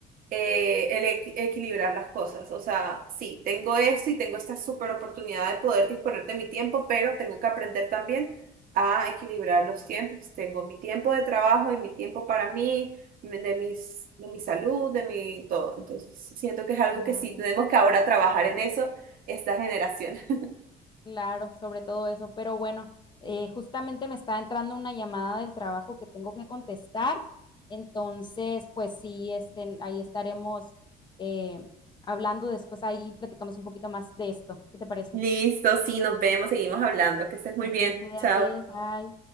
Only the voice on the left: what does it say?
Claro.
Claro, sobre todo eso. Pero bueno, eh, justamente me está entrando una llamada del trabajo que tengo que contestar. Entonces, pues sí, este, ahí estaremos eh, hablando después. Ahí platicamos un poquito más de esto. ¿Qué te parece?
Ok,
cuídate,
bye.